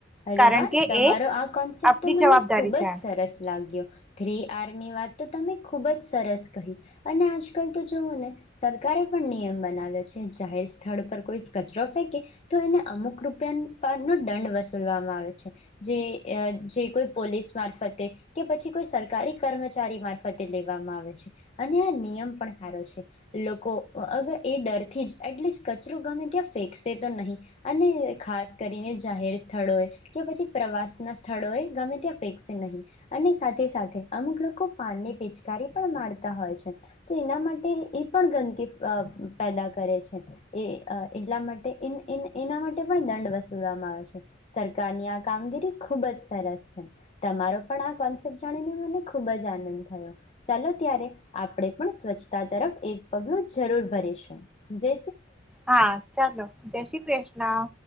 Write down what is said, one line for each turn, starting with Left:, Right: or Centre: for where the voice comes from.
Left: અરે
Centre: કારણ
Left: વા
Centre: કે
Left: તમારો
Centre: એ
Left: આ કોન્સેપ્ટ
Centre: આપણી
Left: તો મને
Centre: જવાબદારી
Left: ખુબ
Centre: છે
Left: જ સરસ લાગ્યો થ્રી આર ની વાત તો તમે ખૂબ જ સરસ કહી, અને આજકાલ તો જુવઓ ને સરકારે પણ નિયમ બનાવ્યો છે જ જાહેર સ્થળ પર કોઈ કચરો ફેક કે તો એને અમુક રૂપિયા નો <unintelligible> દંડ વસ ભરવામાં આવે છે, જે એ કોઈ પોલીસ મારફતે કે પછી કોઈ સરકારી કર્મચારી મારફતે લેવામાં આવે છે, અને આ નિયમ પણ સારો છે, લોકો અગર એ ડરથી જ એટલીસ્ટ કચરો ગમે ત્યાં ફેંકશે તો નહીં અને ખાસ કરીને જાહેર સ્થળો એ કે પછી પ્રવાસના સ્થળોએ ગમે ત્યાં ફેંકશે નહીં અને સાથે સાથે અમુક લોકો પાન ની પિચકારી પણ મારતા હોય છે, તો એના માટે એ પણ ગંદકી આ પેદા કરે છે, એ આ એટલા માટે એન એન એના માટે પણ દંડ વસૂલવામાં આવે છે. સરકારની આ કામગીરી ખૂબ જ સરસ છે તમારો પણ આ કોન્સેપ્ટ જાણીને મને ખૂબ જ આનંદ થયો, ચાલો ત્યારે આપણે પણ સ્વચ્છતા તરફ એક પગલું જરૂર ભરીશું. જે
Centre: હા ચાલો જય શ્રી કૃષ્ણ.